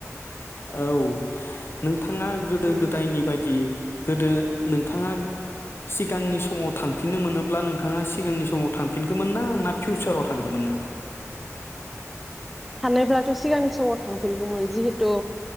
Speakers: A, on the left; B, in the centre.
A: औ नों नोंथाङा गोदो
B: उम
A: गोदायनि बायदि गोदो नोंथाङा सिगांनि समाव थांफिननो मोनोब्ला नोंथाङा सिगांनि समाव थांफिनगौमोन ना ना फिउचाराव थांगौमोन नोङो।
B: हानोब्लाथ' सिगां समाव थांफिनगौमोन जिहेथु